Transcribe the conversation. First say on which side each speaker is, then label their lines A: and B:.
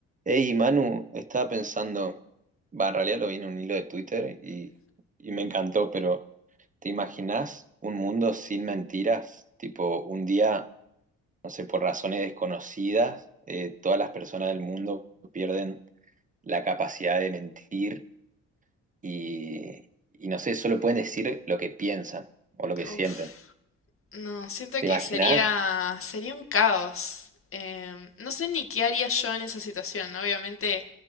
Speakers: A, on the right (about 25°); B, on the left (about 45°).
A: Hey, Manu, estaba pensando, va, en realidad lo vi en un hilo de Twitter y, y me encantó, pero ¿te imaginas un mundo sin mentiras? Tipo, un día, no sé, por razones desconocidas, eh, todas las personas del mundo pierden la capacidad de mentir y, y no sé, solo pueden decir lo que piensan o lo que sienten.
B: Uf, no, siento
A: ¿Te
B: que
A: imaginas?
B: sería, sería un caos. Em, no sé ni qué haría yo en esa situación. ¿no? Obviamente